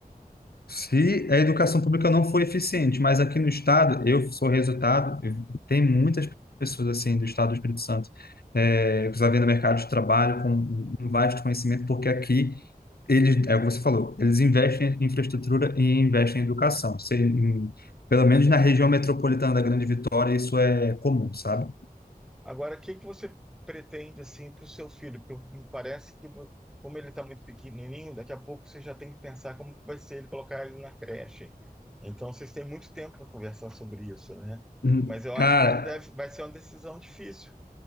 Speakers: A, on the left; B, in the centre.
A: se a educação pública não foi eficiente, mas aqui no estado, eu sou resultado, eu- tem muitas pessoas assim do estado do Espírito Santo, é, que já vêm no mercado de trabalho com um vasto conhecimento, porque aqui eles, é o que você falou, eles investem em infraestrutura e investem em educação. Se- em- pelo menos na região metropolitana da Grande Vitória, isso é comum, sabe?
B: Agora, o que que você pretende assim para o seu filho? Porque me parece que vo- como ele está muito pequenininho, daqui a pouco você já tem que pensar como que vai ser ele colocar ele na creche. Então, vocês têm muito tempo para conversar sobre isso, né?
A: Hum,
B: Mas eu
A: Cara,
B: acho que não deve, vai ser uma decisão difícil.